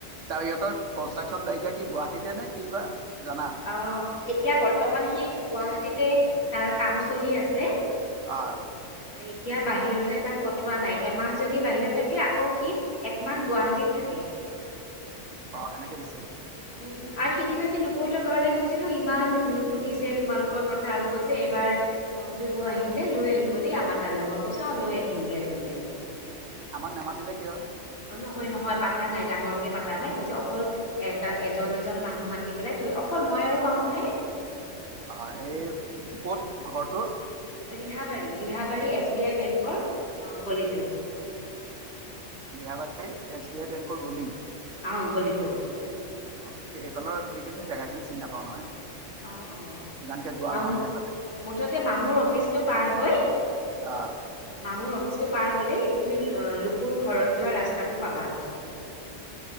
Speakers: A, on the right (about 85°); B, on the left (about 60°).
A: তাৰ ইহঁতৰ। কনষ্ট্ৰাকশ্যন যে এতিয়া কি গুৱাহাটীতে নে কি বা জানা।
B: অ' এতিয়া বৰ্তমান সি গুৱাহাটীতে তাৰ কাম চলি আছে।
A: অ'
B: এতিয়া বাহিৰলৈ তাক পঠোৱা নাই এমাহ যদি বাহিৰত থাকে আকৌ সি একমাহ গুৱাহাটীত থাকে।
A: অ' সেনেকে দিছে।
B: উম, আৰু সিদিনা যে লুকুহতৰ ঘৰলৈ গৈছিলো। ইমান সুধিছে তোমালোকৰ কথা আৰু কৈছে এবাৰ অঞ্জু বৌ আহিলে লৈ আহিব দেই আমাৰ তালৈ মই কৈছো অ' লৈ আহিম দিয়া ধুনীয়াকে।
A: আমাক নামাতিলে কিয়।
B: অ' নহয় নহয় পাতা নাই ডাঙৰকে পাতা নাই কৈছে অকল এটা এজন এজন মানুহ মাতি পেলাই থৈ অকল মই আৰু মামুহে।
A: অ' এই ক'ত ঘৰটো।
B: Rihabari, Rihabari S B I বেংকৰ গলিটো।
A: ৰিহাবাৰীৰ এছ বি আই বেংকৰ গলি।
B: অ' গলিটো।
A: অ' এইফালৰ যিখিনি জেগাখিনি চিন নেপাওঁ নহয়।
B: অ অ
A: ইমানকে যোৱা
B: মামু
A: নহয় নহয় এইফালে।
B: মুঠতে মামুৰ অফিচটো পাৰ হৈ।
A: অ'
B: মামুৰ অফিচটো পাৰ হ'লেই তুমি লুকুৰ ঘৰত যোৱা ৰাস্তাটো পাবা।